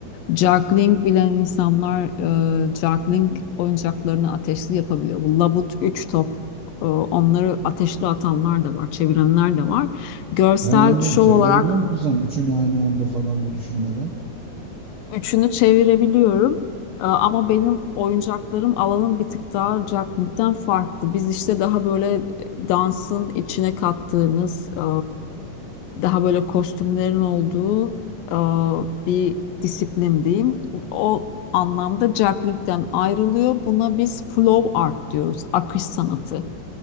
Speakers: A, on the left; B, on the right.
A: Juggling bilen insanlar e, juggling oyuncaklarını ateşli yapabiliyor. Bu labut, üç top, e, onları ateşli atanlar da var, çevirenler de var. Görsel
B: He onu diyorum
A: şov
B: çevirebiliyor
A: olarak
B: musun sen üçünü aynı anda falan böyle düşürmeden?
A: Üçünü çevirebiliyorum. Ee, Ama benim oyuncaklarım alanın bir tık daha cakmikten farklı. Biz işte daha böyle e, dansın içine kattığımız, e, daha böyle kostümlerin olduğu e, bir disiplin diyeyim. O anlamda cakmikten ayrılıyor. Buna biz flow art diyoruz, akış sanatı.